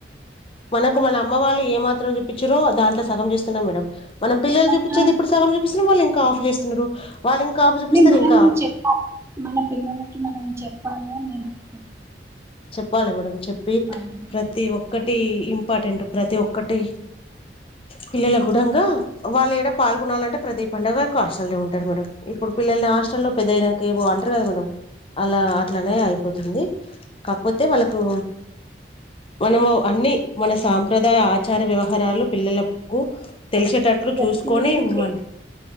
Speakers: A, on the left; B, on the right.
A: మనకు మన అమ్మ వాళ్ళు ఏ మాత్రం చూపించారో దాంట్లో సగం చేస్తున్నాం మేడం మన పిల్లలు చూపించేది
B: మనం
A: ఇప్పుడు సగం చూపిస్తున్నాం వాళ్ళ కాప్ చేస్తున్నారు వాళ్ళు ఇంకా ఆఫ్ చూపిస్తారు
B: మనం
A: ఇంకా
B: ఏం చెప్పాలి మన పిల్లలకి మనం చెప్పాలి నేను అనుకుంటున్నాను
A: చెప్పాలి మేడంమ్ చెప్పి
B: పండుగ
A: ప్రతి ఒక్కటి ఇవి ఇంపార్టెంట్ ప్రతి ఒక్కటి పిల్లల గుడంగా వాళ్ళు ఏడ పాల్గొనాలంటే ప్రతి పండుగకు హాస్టల్ లో ఉంటారు మేడం ఇప్పుడు పిల్లల్ని హాస్టల్లో లో పెద్దయినాక ఏమో అంటారు కదా మేడ అలా అట్లానే అయిపోతుంది కాకపోతే వాళ్ళకు మనము అన్ని మన సాంప్రదాయ ఆచార వ్యవహారాలు పిల్లలకు తెలిసేటట్లు
B: ప్రతిది
A: చూసుకొని